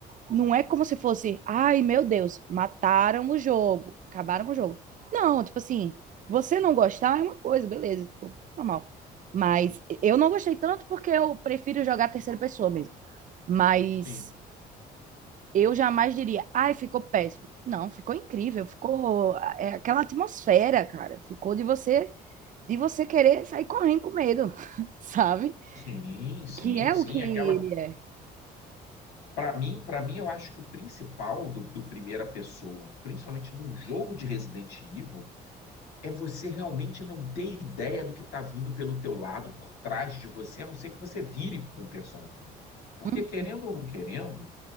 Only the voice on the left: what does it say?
sim.
Sim, sim,
sim.
Aquela,
Para mim, para mim, eu acho que o principal do, do primeira pessoa, principalmente num jogo de Resident Evil, é você realmente não ter ideia do que está vindo pelo teu lado, por trás de você, a não ser que você vire com o personagem. Porque
querendo ou não querendo,